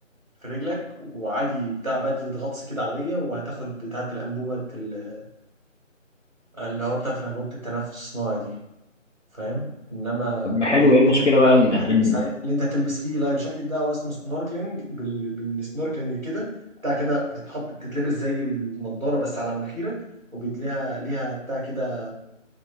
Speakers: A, on the right (about 35°); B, on the left (about 60°).
A: في رجلك وعادي بتاع بدلة غطس كده عادية وهتاخد بتاعة الأنبوبة ال- اللي هو بتاعة الأنبوبة التنفس الصناعي دي فاهم انما
B: طب ما حلو
A: اللي
B: ايه
A: اللي
B: المشكله
A: انت بتقول
B: بقى
A: عليه
B: ان
A: اللي
B: ان
A: انت هتلبس عليه اللي انت هتلبس فيه لايف جاكيت ده هو اسمه سنوركلينج بال... بالسنوركلينج كده بتاع كده بتتحط بتتلبس زي النضارة بس على مناخيرك وبتلاقيها ليها بتاع كده